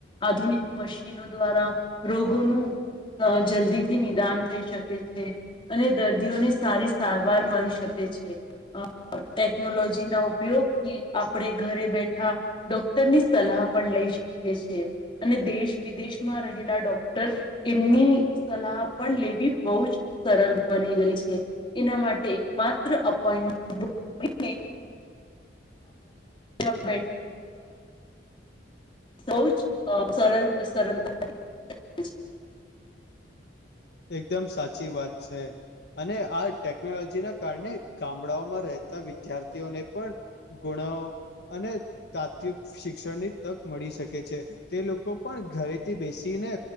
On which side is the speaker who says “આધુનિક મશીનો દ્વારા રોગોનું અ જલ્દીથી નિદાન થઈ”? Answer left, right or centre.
Left